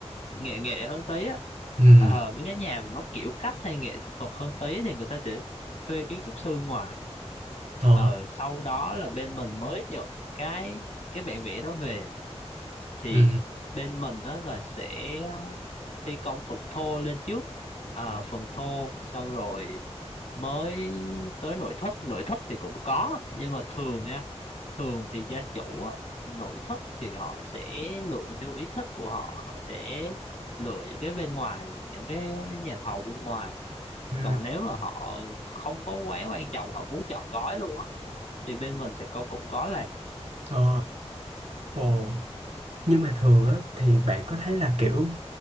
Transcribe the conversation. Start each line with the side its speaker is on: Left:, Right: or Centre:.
Left: nghệ nghệ hơn tí á
Right: ừ
Left: ờ, mấy cái nhà mà nó kiểu cách hay nghệ thuật hơn tí thì người ta sẽ thuê kiến trúc sư ngoài
Right: ờ
Left: ờ, sau đó là bên mình mới nhận cái cái bản vẽ đó về thì
Right: ừ
Left: bên mình đó là sẽ ờ, thi công phần thô lên trước à, phần thô xong rồi mới tới nội thất nội thất thì cũng có nhưng mà thường nha thường thì gia chủ á, nội thất thì họ sẽ lựa theo ý thích của họ họ sẽ lựa những cái bên ngoài những cái nhà thầu bên ngoài
Right: ừ
Left: còn nếu mà họ không có quá quan trọng họ muốn chọn gói luôn á thì bên mình sẽ có cũng có làm
Right: ờ ồ nhưng mà thường á thì bạn có thấy là kiểu